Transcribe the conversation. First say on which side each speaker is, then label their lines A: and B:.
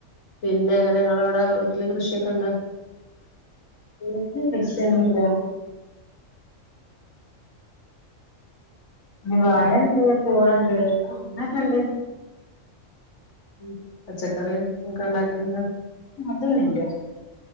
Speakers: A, on the left; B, on the left.
A: പിന്നെ അങ്ങനെ ഇങ്ങളവിടെ വീട്ടില് കൃഷിയൊക്കെണ്ടൊ
B: വീടിൽ കൃഷി ഒന്നും ഇല്ല പിന്നെ വാഴ ഇണ്ട് പൂളണ്ട് അനൊക്കെണ്ട്
A: ഉം പച്ചക്കറിഒക്കെ ഇണ്ടാക്കൽ ഉണ്ടോ
B: അതൊന്നുല്ല